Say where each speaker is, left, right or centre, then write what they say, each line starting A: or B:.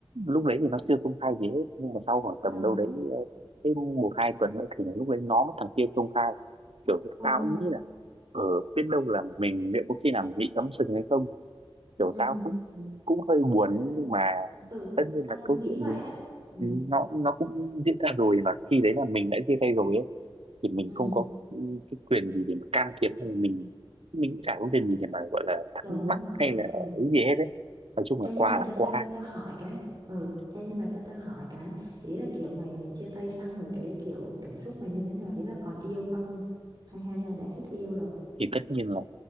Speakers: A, on the right; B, on the right.
A: lúc đấy thì nó chưa công khai gì hết nhưng mà sau khoảng tầm
B: ờ
A: đâu đấy ờ, cái một hai tuần nữa thì lúc đấy nó với thằng kia công khai kiểu
B: ồ
A: tao cũng nghĩ là ở biết đâu là mình liệu có khi nào mình bị cắm sừng hay không kiểu
B: ừ
A: tao cũng cũng hơi buồn
B: tao
A: ấy,
B: cũng
A: nhưng mà
B: ừ
A: tất nhiên
B: tao
A: là
B: cũng
A: câu
B: nghĩ
A: chuyện
B: vậy
A: thì nó
B: đó ừ
A: nó nó cũng diễn ra rồi và khi đấy là mình đã chia tay rồi ấy thì mình
B: ừ
A: không có ừ, cái quyền gì để mà can thiệp hay là mình mình cũng chả có quyền gì để mà gọi là thắc
B: Đúng
A: mắc
B: rồi.
A: hay là
B: Ừ.
A: cái gì hết đấy nói chung
B: Ê,
A: là
B: nhưng
A: qua
B: mà
A: là
B: cho
A: qua
B: tao tao hỏi cái. Ừ, ê, nhưng mà cho tao hỏi cái. Ý là kiểu mày mày chia tay xong rồi cái kiểu cảm xúc mày như thế nào? Ý là còn yêu không? Hay hay là đã hết yêu rồi?
A: thì tất nhiên là